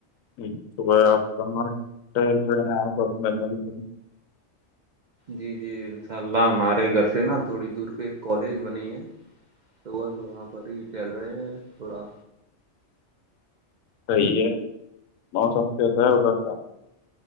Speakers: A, on the left (about 80°); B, on the right (about 65°).
A: ج صبح آپ ہمار ٹہل رہے ہیں آپ م
B: جی جی انشاء اللہ ہمارے گھر سے نا تھوڑی دور پہ کالج بنی ہے تو بس وہاں پر ہی چل رہے ہیں تھوڑا
A: صحی ہے موسم کیسا ہے اٹرتا